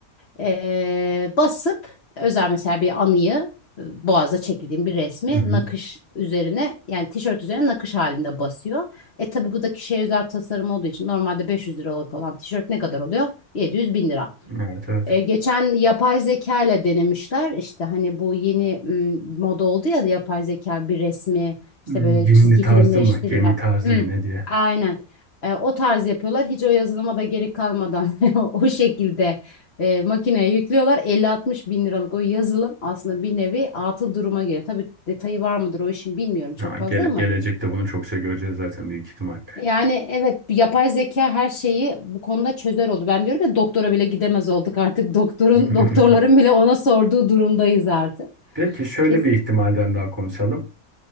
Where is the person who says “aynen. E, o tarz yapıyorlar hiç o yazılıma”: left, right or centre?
Left